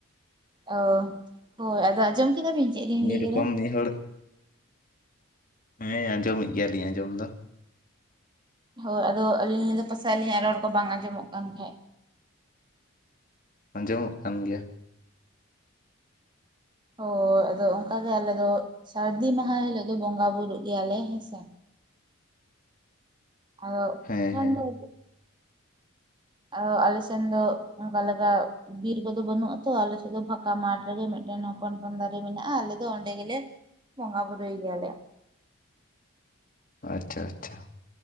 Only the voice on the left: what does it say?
ᱢᱤᱫ
ᱨᱚᱠᱚᱢ
ᱢᱤᱫ ᱦᱚᱲ ᱦᱮᱸ ᱟᱸᱡᱚᱢᱮᱫ ᱜᱮᱭᱟᱞᱤᱧ ᱟᱸᱡᱚᱢ ᱫᱚ
ᱟᱸᱡᱚᱢᱚᱜ ᱠᱟᱱ ᱜᱮᱭᱟ
ᱦᱮᱸ ᱦᱮᱸ
ᱟᱪᱪᱷᱟ ᱟᱪᱪᱷᱟ